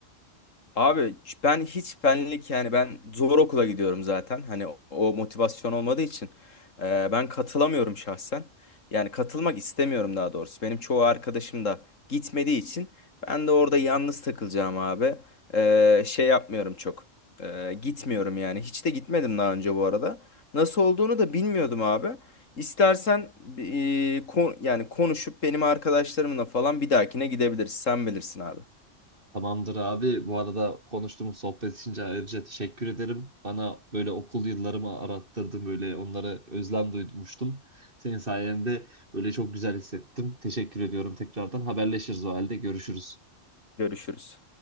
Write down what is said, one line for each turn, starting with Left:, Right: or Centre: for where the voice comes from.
Left: Abi ben hiç benlik yani ben zor okula gidiyorum zaten. Hani o o motivasyon olmadığı için e, ben katılamıyorum şahsen. Yani katılmak istemiyorum daha doğrusu. Benim çoğu arkadaşım da gitmediği için ben de orada yalnız takılacağım abi. E, şey yapmıyorum çok. E, gitmiyorum yani. Hiç de gitmedim daha önce bu arada. Nasıl olduğunu da bilmiyordum abi. İstersen e, kon- yani konuşup benim arkadaşlarımla falan bir dahakine gidebiliriz. Sen bilirsin abi.
Right: Tamamdır abi. Bu arada konuştuğumuz sohbet için ayrıca teşekkür ederim. Bana böyle okul yıllarımı arattırdın. Böyle onlara özlem duymuştum. Senin sayende böyle çok güzel hissettim. Teşekkür ediyorum tekrardan. Haberleşiriz o halde. Görüşürüz.
Left: Görüşürüz.